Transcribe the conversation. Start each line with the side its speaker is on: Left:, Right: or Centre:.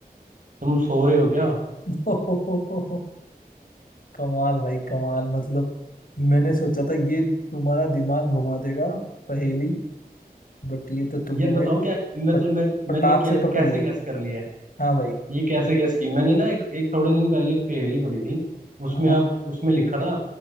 Right: तुम सो रहे हो क्या
Left: <laughs> कमाल भाई कमाल मतलब मैंने सोचा था ये तुम्हारा दिमाग घुमा देगा पहेली बट ये तो तुमने
Right: यार बताऊं
Left: भाई
Right: क्या मैं
Left: फट
Right: तो मैं,
Left: फटाक
Right: मैंने कै,
Left: से पकड़
Right: कैसे
Left: ली
Right: गैस कर लिया है
Left: हाँ भाई
Right: ये कैसे गैस की मैंने ना एक एक थोड़े दिन पहले एक पहेली पढ़ी थी उसमें
Left: हाँ हाँ
Right: आप उसमें लिखा था